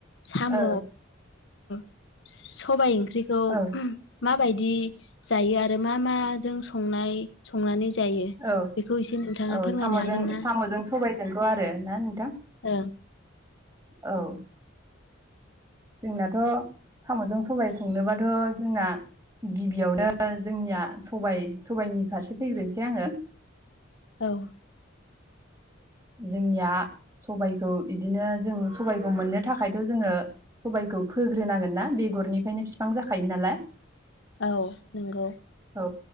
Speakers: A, on the left (about 65°); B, on the right (about 20°).
A: साम'
B: ओ
A: सबाय ओंख्रिखौ
B: औ
A: माबायदि जायो आरो आरो मा माजों संनाय संनानै जायो
B: औ
A: बेखौ एसे नोंथाङा
B: औ
A: फोरमायनो
B: साम'जों
A: हागोन ना
B: साम'जों सबायजोंखौ आरो ना नोंथां?
A: ओ
B: औ जोंनाथ' साम'जों सबाय संनोबाथ' जोंना गिबियावनो जोंनिया सबय सबायाइनि फारसे फैग्रोनोसै आङो
A: औ
B: जोंनिया सबायखौ बिदिनो जों सबायखौ मोननो थाखायथ' जोङो सबायखौ फोग्रोनांगोन ना बेगरनिफायनो फिफां जाखायो नालाय
A: औ नंगौ
B: औ